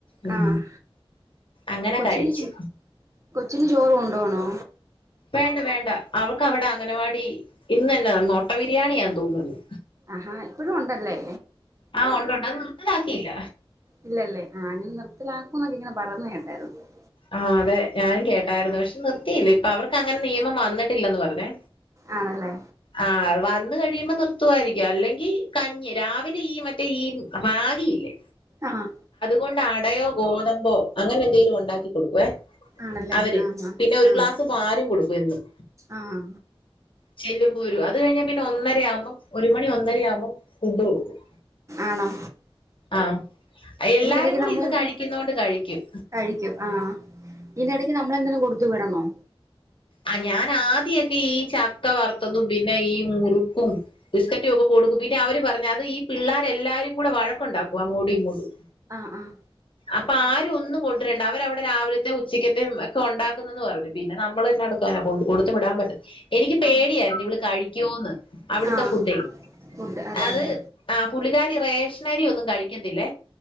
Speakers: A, on the left (about 60°); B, on the right (about 30°).
A: ഉം
B: ആ
A: അങ്ങനെ
B: കൊച്ചിന്
A: കഴിച്ച്
B: ചു കൊച്ചിന് ചോറ്കൊണ്ടോണോ
A: വേണ്ട വേണ്ട അവക്ക് അവടെ അംഗനവാടി ഇന്നെന്ന മൊട്ടബിരിയാണിയാന്ന് തോന്നുന്ന്
B: ആഹാ ഇപ്പഴും ഒണ്ടല്ലെ
A: ആഹ് ഒണ്ടൊണ്ട് അത് നിർത്തലാക്കീല്ല
B: ഇല്ലല്ലേ ആ ഇഞ്ഞ് നിർത്തലാക്കും ന്നൊക്കെ ഇങ്ങനെ പറയുന്നെ <unintelligible> <unintelligible>
A: ആഹ് അതെ ഞാനും കേട്ടായിരുന്നു പക്ഷെ നിർ ത്തി ഇല്ല ഇപ്പൊ അവർക്ക് അങ്ങനെ നിയമം വന്നിട്ടില്ലെന്ന് പറഞ്ഞേ
B: ആണല്ലേ
A: ആഹ് വൻ വന്ന് കഴിയുമ്പോ നിർത്തുവായിരിക്കു അല്ലെങ്കി കഞ്ഞി രാവിലെ ഈ മറ്റേ ഈ റാഗിയില്ലേ
B: ആഹ്
A: കൊണ്ട് അടയോ ഗോതമ്പോ അങ്ങനെ എന്തെങ്കിലും ഉണ്ടാക്കി കൊടുക്കുവേ
B: ആണല്ലേ
A: അവര്
B: ആഹ്
A: പിന്നെ ഒരു
B: ആഹ്
A: ഗ്ലാസ് പാലും കൊടുക്കും എന്നും
B: ആഹ്
A: ചെല്ലുമ്പോ ഒരു അത് കഴിഞ്ഞാ പിന്നെ ഒന്നര ആവുമ്പം ഒരു മണി ഒന്നരയാവുമ്പം ഫുഡ് കൊടുക്കും
B: ആണോ
A: ആഹ് എല്ലാരും
B: ഇതിന്റെ ഇടയ്ക്ക്
A: കൂടി
B: നമ്മളെന്തേലും
A: ഇരുന്ന് കഴിക്കുന്ന അ് കൊണ്ട് കഴിക്കും
B: കഴിക്കും ആഹ് ഇതിന്റെ ഇടയ്ക്ക് നമ്മളെന്തേലും കൊടുത്തു വിടണോ
A: ആ ഞാൻ ആദ്യയെക്കെ ഈ ചക്ക വറുത്തതും പിന്നെ ഈ മൂ റുക്കും ബിസ്ക്കറ്റും ഒക്കെ കൊടുക്കും പിന്നെ അവര് പറഞ്ഞ അത് ഈ പിള്ളേരെ എല്ലാരും കൂടെ വഴക്കുണ്ടാക്കും അങ്ങോടും ഇങ്ങോട്ടും
B: ആഹ് ആഹ്
A: അപ്പ ആരും ഒന്നും കൊട് രണ്ട അവരവിടെ രാവിലത്തേം ഉച്ചക്ക ത്തേം ഒക്കെ ഉണ്ടാക്കുന്നന്ന് പറഞ്ഞു പിന്നെ ന നമ്മളെന്നാട്ക്കാനാ കൊണ്ട് കൊട് ത്ത് വിടാൻ പറ്റും എനിക്ക് പേടിയായിരുന്നു
B: ആഹ്
A: ഇവള് കഴിക്കോന്ന് അവിടുത്തെ
B: ആഹ്
A: ഫുഡേയ്
B: ഫുഡ് അതെ
A: അത്
B: അതെ
A: ആ പുള്ളിക്കാരി റേ റേഷനരി ഒന്നും കഴിക്കത്തില്ലേ